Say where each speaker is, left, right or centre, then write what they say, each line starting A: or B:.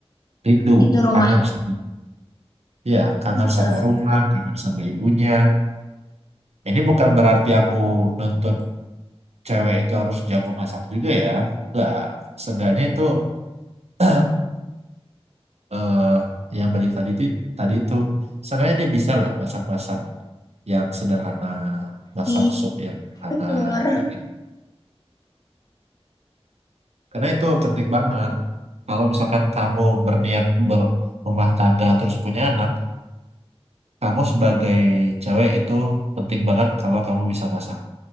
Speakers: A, on the right; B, on the left.
A: rindu,
B: itu rumah
A: kangen sama ya, kangen
B: itu
A: sama rumah, kangen sama ibunya. Ini bukan berarti aku nuntut cewek itu harus jago masak juga ya. Enggak, seenggaknya itu <clears throat> eh, yang balik tadi itu tadi itu seenggaknya dia bisa lah masak-masak yang sederhana, masak
B: si
A: sup yang sederhana
B: keluar.
A: kayak gitu. Karena itu penting banget. Kalau misalkan kamu berniat berumah tangga terus punya anak Kamu sebagai cewek itu penting banget kalau kamu bisa masak.